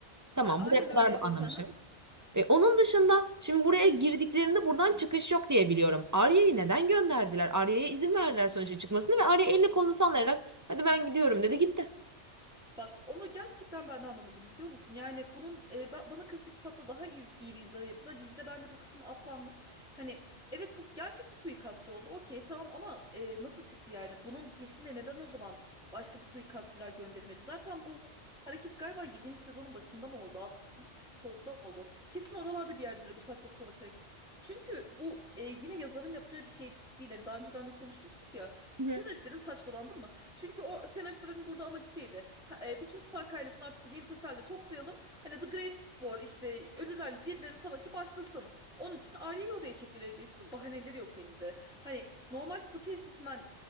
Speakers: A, on the right; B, in the centre.
A: Tamam.
B: Aynen
A: Buraya
B: öyle
A: kadar
B: evet
A: da anlamışım.
B: ha.
A: E, onun dışında şimdi buraya girdiklerinde buradan çıkış yok diye biliyorum. Arya'yı neden gönderdiler? Arya'ya izin verdiler sonuçta çıkmasını ve Arya elini kolunu sallayarak hadi ben gidiyorum dedi gitti.
B: Bak onu gerçekten ben de anlamadım biliyor musun? Yani bunun e, ba- bana kalırsa kitapta daha iyi, iyi bir izahı yapılır. Dizide bence bu kısım atlanmış. Hani evet bu gerçek bir suikastçı oldu. Okey tamam ama e, nasıl çıktı yani? Bunun peşine neden o zaman başka bir suikastçılar gönderilmedi? Zaten bu hareket galiba yedinci sezonun başında mı oldu? Altıncı sezonun sonunda mı oldu? Kesin oralarda bir yerdedir bu saçma salak hareket. Çünkü bu e, yine yazarın yapacağı bir şey değil. Hani daha önceden de konuşmuştuk ya.
A: Hı
B: Senaristlerin
A: hı.
B: saçmalandı mı? Çünkü o senaristlerin burada amacı şeydi. Ha, e, Bütün Stark ailesini artık bir Winterfell'de toplayalım. Hani The Great War işte ölülerle diğerlerin savaşı başlasın. Onun için Arya'yı oraya çekmeleri gerekiyor. Bir bahaneleri yok elinde. Hani normalde The Faceless Man